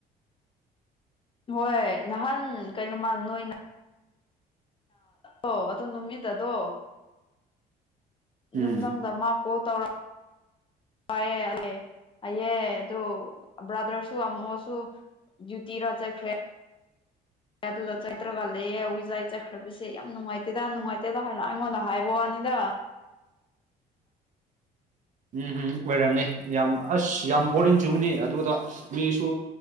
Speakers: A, on the left; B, on the right.
A: ꯍꯣꯏ ꯅꯍꯥꯟ ꯀꯩꯅꯣꯃ ꯅꯣꯏꯅ ꯑꯣ ꯑꯗꯨ ꯅꯨꯃꯤꯠ ꯑꯗꯣ ꯅꯨꯡꯊꯪꯗ
B: ꯎꯝ
A: ꯀꯣꯟ ꯇꯧꯔ ꯋꯥꯑꯦ ꯑꯂꯦ ꯑꯩꯌꯦ ꯑꯗꯨ ꯕ꯭ꯔꯥꯗꯔꯁꯨ ꯑꯝꯃꯣꯁꯨ ꯗꯤꯌꯨꯇꯤꯔ ꯆꯠꯈ꯭ꯔꯦ ꯑꯗꯨꯗ ꯆꯥꯠꯇ꯭ꯔꯒ ꯂꯩꯑꯦ ꯎꯋꯏꯖꯥꯏ ꯆꯠꯈ꯭ꯔꯕꯁꯦ ꯌꯥꯝ ꯅꯨꯡꯉꯥꯏꯇꯦꯗ ꯅꯨꯡꯉꯥꯏꯇꯦꯗ ꯍꯥꯏꯅ ꯑꯩꯉꯣꯟꯗ ꯍꯥꯏꯕ ꯋꯥꯅꯤꯗ
B: ꯎꯝ ꯑꯣꯏꯔꯝꯅꯤ ꯌꯥꯝ ꯑꯁ ꯌꯥꯝ ꯕꯣꯔꯤꯡꯁꯨꯅꯤ ꯑꯗꯨꯗ ꯃꯤꯁꯨ